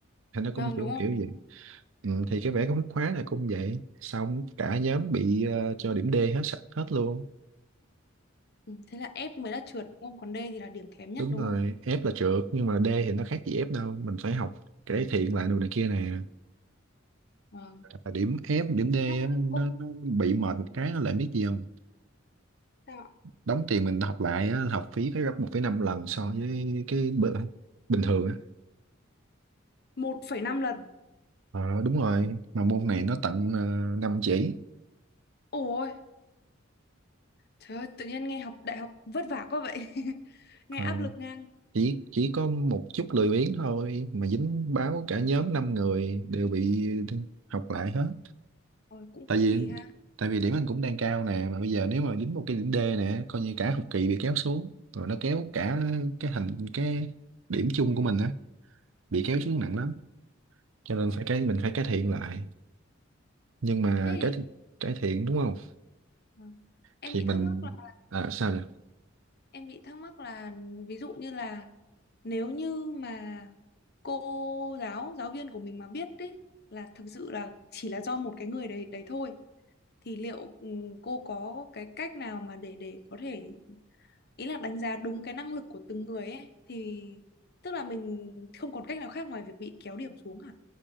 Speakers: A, on the right; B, on the left.
A: thì nó
B: vâng
A: cũng kiểu
B: đúng không
A: kiểu vậy ừ, thì cái vẽ công thức khóa này cũng vậy xong cả nhóm bị ờ, cho điểm D hết sạch hết luôn
B: ừ, thế là F mới là trượt đúng không còn D thì là điểm kém nhất
A: đúng
B: đúng
A: rồi
B: không
A: F là trượt nhưng mà D thì nó khác gì F đâu mình phải học cải thiện lại đồ này kia nè
B: vâng
A: Là điểm F điểm D á,
B: chắc cũng
A: nó,
B: không
A: nó bị mệt một cái nó lại biết gì không
B: sao ạ.
A: đóng tiền mình học lại á, học phí phải gấp một phẩy năm lần so với cái bữa- bình thường á
B: 1,5 lần
A: Ờ, đúng rồi mà môn này nó tận uh, 5 chỉ
B: ôi Trời ơi, tự nhiên nghe học đại học vất vả quá vậy. <laughs> Nghe
A: Ờ,
B: áp lực ngang.
A: chỉ chỉ có một chút lười biếng thôi mà dính báo cả nhóm 5 người đều bị học lại hết
B: Ôi, cũng
A: tại
B: cũng
A: vì
B: kỳ ha.
A: tại vì điểm anh cũng đang cao nè mà bây giờ nếu mà dính một cái điểm D nè coi như cả học kỳ bị kéo xuống rồi nó kéo cả cái thành cái điểm chung của mình á bị
B: Vâng,
A: kéo xuống nặng lắm cho nên
B: vâng.
A: phải cái mình phải cải thiện lại nhưng mà
B: Thế
A: cái
B: thì
A: cải thiện đúng không
B: vâng. Em
A: thì
B: bị
A: mình
B: thắc mắc là
A: à, sao nhỉ
B: em bị thắc mắc là ví dụ như là nếu như mà cô giáo, giáo viên của mình mà biết đấy là thực sự là chỉ là do một cái người đấy đấy thôi thì liệu ừ, cô có cái cách nào mà để để có thể ý là đánh giá đúng cái năng lực của từng người ấy thì tức là mình không còn cách nào khác ngoài việc bị kéo điểm xuống hả?